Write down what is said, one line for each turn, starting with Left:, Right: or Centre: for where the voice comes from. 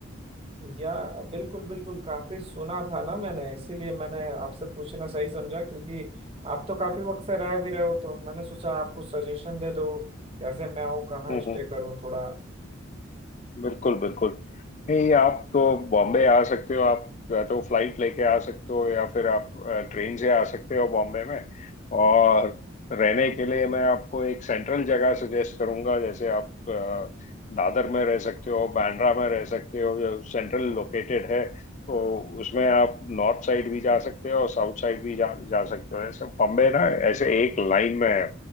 Right: या बिल्कुल बिल्कुल काफी सुना था ना मैंने इसीलिए मैंने आपसे पूछना सही समझा क्योंकि आप तो काफी वक्त से रह भी रहे हो तो मैंने सोचा आप कुछ सजेशन दे दो कैसे मैं आऊँ कहाँ
Left: हम्म,
Right: स्टे
Left: हम्म।
Right: करूँ थोड़ा
Left: बिल्कुल बिल्कुल नहीं आप तो बॉम्बे आ सकते हो आप या तो फ्लाइट लेके आ सकते हो या फिर आप ट्रेन से आ सकते हो बॉम्बे में और रहने के लिए मैं आपको एक सेंट्रल जगह सजेस्ट करूंगा जैसे आप अ, दादर में रह सकते हो बांद्रा में रह सकते हो जो सेंट्रल लोकेटेड है तो उसमें आप नॉर्थ साइड भी जा सकते हो और साउथ साइड भी जा जा सकते हो ऐसे बॉम्बे ना ऐसे एक लाइन में है